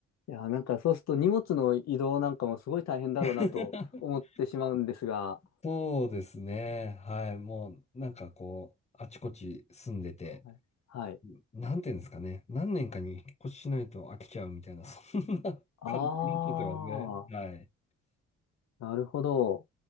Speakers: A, on the left; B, on the left.
A: いやー、なんかそうすると荷物の移動なんかもすごい大変だろうなと思ってしまうんですが、
B: <laughs> そうですね。はい。もう、なんかこう、あちこち住んでて、
A: はい。はい
B: なんていうんですかね。何年かに引っ越ししないと飽きちゃうみたいな、そんな感じになっちゃってますね。
A: ああ。
B: はい。
A: なるほど。